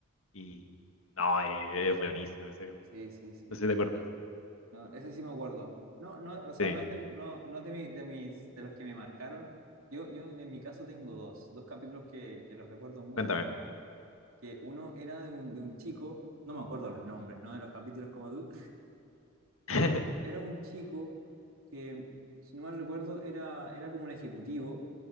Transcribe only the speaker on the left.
Y no, eh, es buenísimo ese capítulo.
No sé
si te acuerdas.
Sí,
cuéntame.
<laughs>